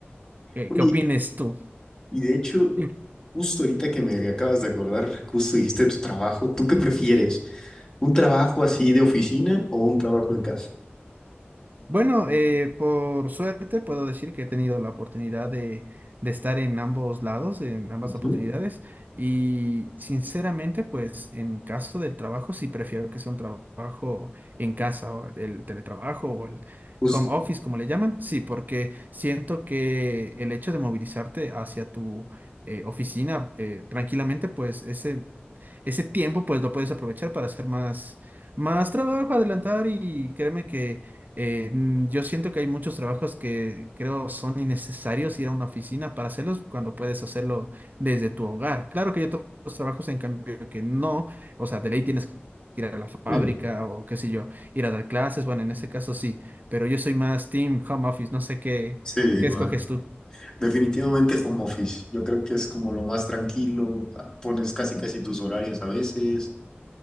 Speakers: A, on the right (about 45°); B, on the left (about 20°).
A: ¿qué,
B: Oye,
A: qué opines tú?
B: y de hecho,
A: Dime.
B: justo ahorita que me acabas de acordar, justo dijiste tu trabajo, ¿tú qué prefieres? ¿Un trabajo así de oficina o un trabajo en casa?
A: Bueno, eh, por suerte puedo decir que he tenido la oportunidad de, de estar en ambos lados, en ambas
B: Ujú,
A: oportunidades, y sinceramente, pues en caso del trabajo, sí prefiero que sea un trabajo en casa, o el teletrabajo o el
B: Justo.
A: home office, como le llaman, sí, porque siento que el hecho de movilizarte hacia tu eh, oficina eh, tranquilamente, pues ese ese tiempo pues lo puedes aprovechar para hacer más, más trabajo, adelantar y créeme que eh, mm, yo siento que hay muchos trabajos que creo son innecesarios ir a una oficina para hacerlos cuando puedes hacerlo desde tu hogar. Claro que hay otros trabajos en cambio que no, o sea, de ley tienes que ir a la fábrica
B: Sí.
A: o qué sé yo, ir a dar clases, bueno, en ese caso sí, pero yo soy más team home office, no sé qué,
B: Sí, igual.
A: qué escoges tú.
B: Definitivamente home office. Yo creo que es como lo más tranquilo. ah, Pones casi casi tus horarios a veces